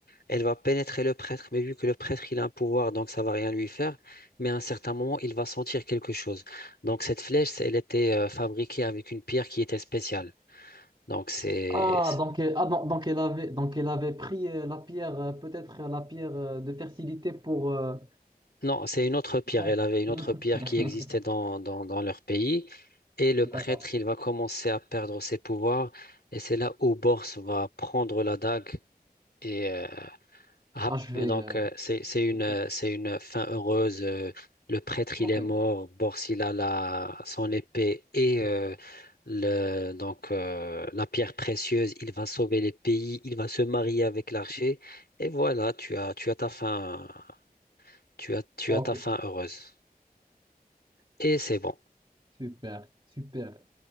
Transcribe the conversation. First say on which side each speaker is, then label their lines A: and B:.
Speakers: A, on the left; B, on the right.
A: Elle va pénétrer le prêtre, mais vu que le prêtre il a un pouvoir, donc ça va rien lui faire. Mais à un certain moment, il va sentir quelque chose. Donc cette flèche, elle était euh, fabriquée avec une pierre qui était spéciale. Donc c'est,
B: Ah, donc, euh, ah, donc, donc elle avait, donc elle avait pris euh, la pierre, euh, peut-être euh, la pierre euh, de fertilité pour... euh,
A: Non, c'est une autre pierre.
B: Non,
A: Elle avait une
B: il
A: autre
B: y a une autre
A: pierre
B: pierre.
A: qui
B: <laughs>
A: existait dans, dans, dans leur pays. Et le prêtre,
B: D'accord.
A: il va commencer à perdre ses pouvoirs. Et c'est là où Bors va prendre la dague. Et euh, rap-
B: Ah, je
A: donc,
B: vais... euh,
A: euh, c'est, c'est une,
B: Le prêtre.
A: euh, c'est une fin heureuse. Euh, Le prêtre,
B: Ok.
A: il est mort. Bors, il a la, son épée et euh, le, donc, euh, la pierre précieuse. Il va sauver les pays. Il va se marier avec l'archer. Et voilà, tu as, tu as ta fin, tu as, tu
B: Ok.
A: as ta fin heureuse. Et c'est bon.
B: Super, super.